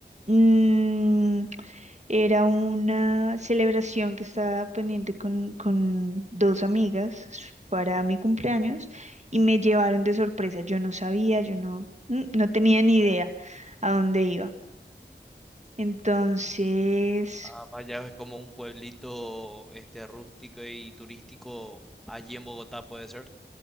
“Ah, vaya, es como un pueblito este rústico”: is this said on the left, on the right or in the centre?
Centre